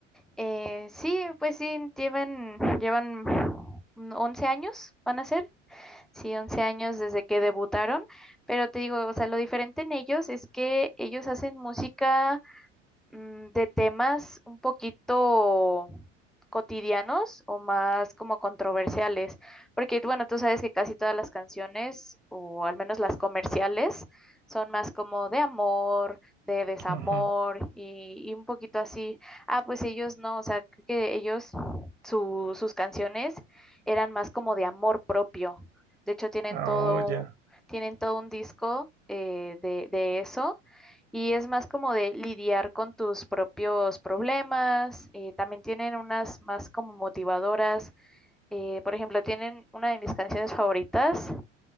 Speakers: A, in the centre; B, on the right.
A: Eh, sí, pues sí, llevan, llevan 11 años, van a ser, sí, 11 años desde que debutaron, pero te digo, o sea, lo diferente en ellos es que ellos hacen música mm, de temas un poquito cotidianos o más como controversiales, porque bueno, tú sabes que casi todas las canciones, o al menos las comerciales, son más como de amor, de desamor
B: Ujú.
A: y, y un poquito así. Ah, pues ellos no, o sea, creo que ellos, su- sus canciones eran más como de amor propio. De hecho, tienen
B: Ah,
A: todo,
B: oh, ya.
A: un- tienen todo un disco eh, de, de eso y es más como de lidiar con tus propios problemas. eh, también tienen unas más como motivadoras. eh, por ejemplo, tienen una de mis canciones favoritas